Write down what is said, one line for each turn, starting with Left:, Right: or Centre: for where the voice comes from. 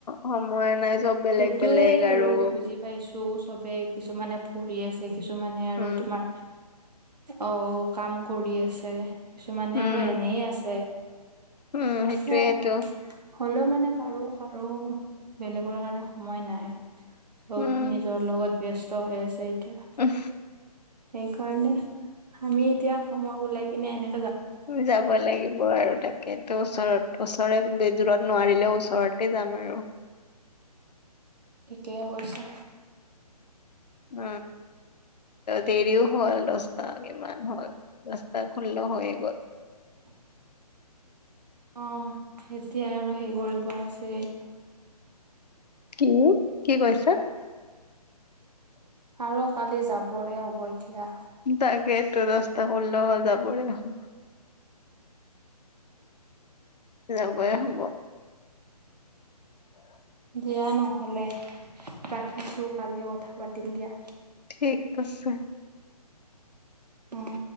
Left: সময়ে নাই চব বেলেগ,
Right: সেইটোয়ে
Left: বেলেগ
Right: বাৰু
Left: আৰু।
Right: বুজি পাইছো চবে কিছুমানে পঢ়ি আছে। কিছুমানে আৰু
Left: উম
Right: তোমাৰ অ, কাম কৰি আছে। কিছুমানে
Left: উম।
Right: আৰু এনে আছে।
Left: উম, সেইটোয়েইটো
Right: সেইয়াই আৰু। হ'লেও মানে কাৰো, কাৰো বেলেগৰ কাৰণে সময় নাই। সব
Left: উম।
Right: নিজৰ লগত ব্যস্ত হৈ আছে এতিয়া।
Left: উম।
Right: সেইকাৰণে আমি এতিয়া সময় উওলাই কিনে এনে।
Left: যাব লাগিব আৰু তাকে। ওচৰত, ওচৰে দূৰত নোৱাৰিলে ওচৰতে যাম আৰু।
Right: ঠিকে কৈছা।
Left: উম। দেৰিও হ'ল, দশটা কিমান হ'ল দশটা ষোল্ল হৈয়ে গ'ল।
Right: উ <unintelligible> অ, এতিয়া আৰু হে কৰিব আছেই।
Left: কি, কি কৈছা?
Right: আৰু কালি যাবৰে হ'ব এতিয়া।
Left: তাকেইটো দশটা ষোল্লহল যাবৰে হল। যাবই হ'ব।
Right: দিয়া নহ'লে ৰাখিছোঁ কালি কথা পাতিম দিয়া।
Left: ঠিকআছে।
Right: উ'ম।